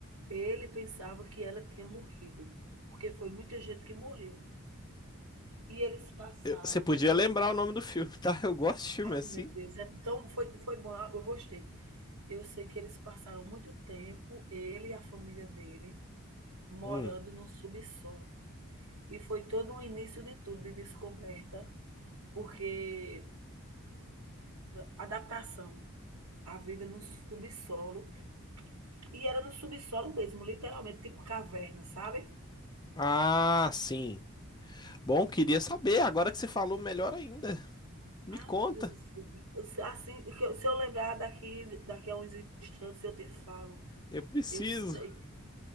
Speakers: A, on the right; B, on the left.
A: ele pensava que ela tinha morrido, porque foi muita gente que morreu. E eles passaram
B: Eu- Você podia lembrar o nome do filme, <laughs> tá? Eu gosto de filme
A: Ai,
B: assim.
A: meu Deus, é tão foi foi bom, eu gostei. Eu sei que eles passaram muito tempo, ele e a família dele, morando
B: Hum.
A: no subsolo. E foi todo um início de tudo, de descoberta, porque adaptação à vida no subsolo, e era no subsolo mesmo, literalmente, tipo caverna, sabe?
B: Ah, sim. Bom, queria saber. Agora que você falou, melhor ainda. Me
A: Ah,
B: conta.
A: meu Deus do céu. Se- Assim, que eu- se eu lembrar daqui, daqui a uns instantes, eu te falo.
B: Eu preciso.
A: Eu sei